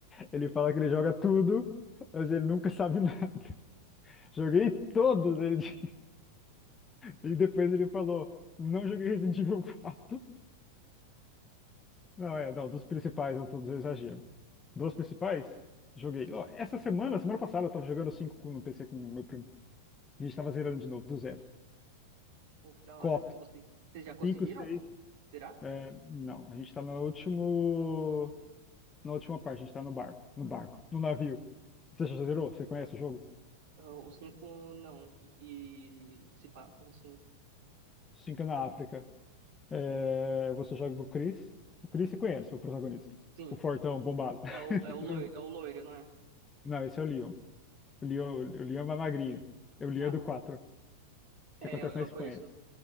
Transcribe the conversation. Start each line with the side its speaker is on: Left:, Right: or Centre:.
Left: Ele fala que ele joga tudo, mas ele nunca sabe <laughs> nada. Joguei todos, ele <laughs> diz. E depois ele falou, não joguei Resident Evil 4. Não, é, não, dos principais, não todos eu exagero. Dos principais, joguei.
Right: Isso.
Left: Ó, essa semana, semana passada, eu tava jogando 5 no PC com o meu primo. A gente tava zerando de novo, do zero.
Right: Pô, que da hora.
Left: Cop.
Right: Vocês, consegui... Vocês já conseguiram?
Left: cinco, 6.
Right: Será?
Left: É, não, a gente tá no último. Na última parte, a gente tá no barco. No barco, no navio. Você já zerou? Você conhece o jogo?
Right: Ah, O 5 não. O que que se passa no 5?
Left: 5 é na África. É, você joga com o Chris. O Chris você conhece, o protagonista.
Right: Sim.
Left: O fortão, bombado.
Right: É o, é o
Left: <laughs>
Right: loiro, é o loiro, não é?
Left: Não, esse é o Leon. O Leon, o Leon é uma magrinha. É o Leon
Right: Ah,
Left: é do 4, que
Right: é,
Left: acontece
Right: eu, eu
Left: na Espanha.
Right: conheço.